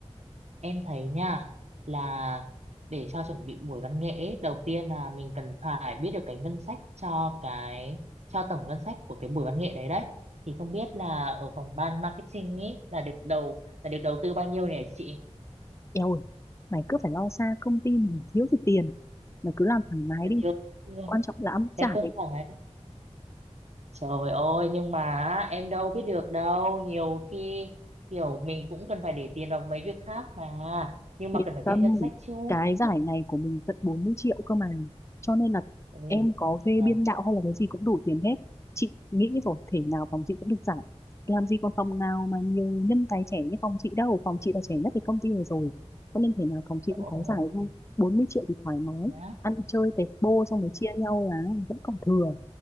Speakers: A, on the right (about 70°); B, on the left (about 25°).
A: Em thấy nha là để cho chuẩn bị buổi văn nghệ ấy, đầu tiên là mình cần phải biết được cái ngân sách cho cái cho tổng ngân sách của cái buổi văn nghệ đấy đấy thì không biết là ở phòng ban marketing ấy là được đầu là được đầu tư bao nhiêu nhỉ chị
B: Eo ơi, mày cứ phải lo xa công ty mình thiếu gì tiền. Mày cứ làm thoải mái
A: Đã
B: đi.
A: thiếu luôn.
B: Quan trọng là ăn giải.
A: thế cơ sở ấy trời ơi nhưng mà á, em đâu biết được đâu nhiều khi kiểu mình cũng cần phải để tiền vào mấy việc khác mà nhưng
B: Yên
A: mà cần phải
B: tâm,
A: biết ngân sách trước
B: cái giải này của mình tận 40 triệu cơ mà. Cho nên là
A: Ôi,
B: em có thuê
A: wow.
B: biên đạo hay là cái gì cũng đủ tiền hết. Chị nghĩ rồi, thể nào phòng chị cũng được giải. Làm gì còn phòng nào mà nhiều nhân tài trẻ như phòng chị đâu. Phòng chị là trẻ nhất cái công ty này rồi. Cho nên thể nào phòng chị
A: Trời
B: cũng
A: ơi,
B: có giải thôi. bốn mươi triệu thì thoải mái.
A: nhá
B: Ăn chơi tẹt bô xong rồi chia nhau là vẫn còn thừa.